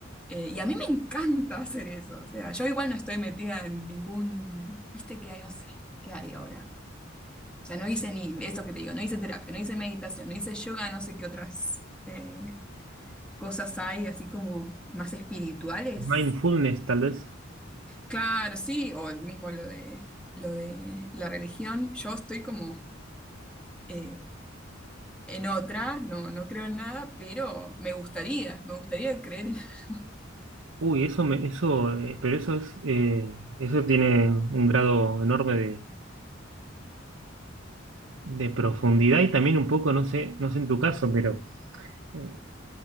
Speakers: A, in the centre; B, on the right.
A: eh, y a mí me encanta hacer eso, o sea, yo igual no estoy metida en ningún, viste, que hay, no sé, qué hay ahora. O sea, no hice ni esto que te digo, no hice terapia, no hice meditación, no hice yoga, no sé qué otras eh, cosas hay así como más espirituales.
B: Mindfulness, tal vez.
A: Claro, sí, o el mismo lo de, lo de la religión. Yo estoy como eh, en otra, no, no creo en nada, pero me gustaría, me gustaría creer en... <laughs>
B: Uy, eso me, eso, eh, pero eso es, eh, eso tiene un grado enorme de, de profundidad y también un poco, no sé, no sé en tu caso, pero eh,